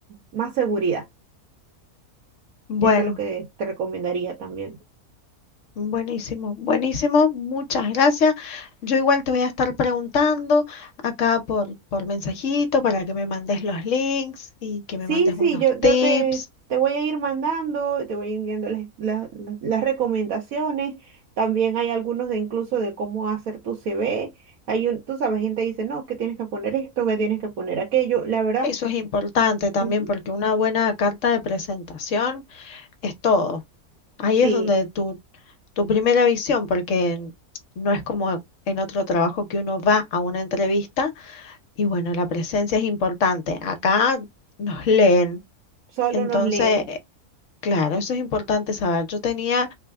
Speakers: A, on the right (about 70°); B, on the left (about 60°).
A: más seguridad.
B: Bueno.
A: Eso es lo que te recomendaría también.
B: Buenísimo, buenísimo, muchas gracias. Yo igual te voy a estar preguntando acá por, por mensajito para que me mandes los links y que
A: Sí,
B: me mandes
A: sí,
B: unos
A: yo, yo
B: tips.
A: te, te voy a ir mandando, te voy a ir enviando las, la- la- las recomendaciones. También hay algunos de incluso de cómo hacer tu CV. Hay un, tú sabes, gente dice, no, que tienes que poner esto, que tienes que poner aquello. La verdad,
B: Eso es importante también
A: ujú,
B: porque una buena carta de presentación es todo. Ahí
A: sí,
B: es donde tu, tu primera visión, porque no es como en otro trabajo que uno va a una entrevista y bueno, la presencia es importante. Acá nos leen.
A: solo
B: Entonces,
A: nos leen.
B: Claro, eso es importante saber. Yo tenía